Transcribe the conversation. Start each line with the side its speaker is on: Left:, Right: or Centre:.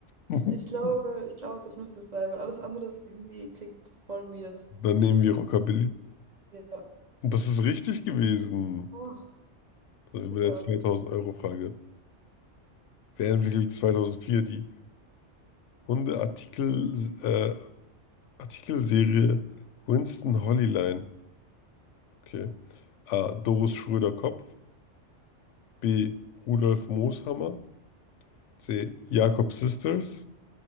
Left: <laughs>
Right: Ich glaube, ich glaube, das müsste es sein, weil alles andere ist irgendwie klingt voll weird.
Left: Dann nehmen wir Rockabilly.
Right: Ja.
Left: Und das ist richtig gewesen.
Right: Oh,
Left: Also über
Right: Glück
Left: der
Right: gehabt.
Left: 2000-Euro-Frage. Wer entwickelte 2004 die Hunde-Artikel, äh, Artikelserie Winston Holleline? Okay. A. Doris Schröder-Kopf. B. Rudolf Mooshammer. C. Jakob Sisters.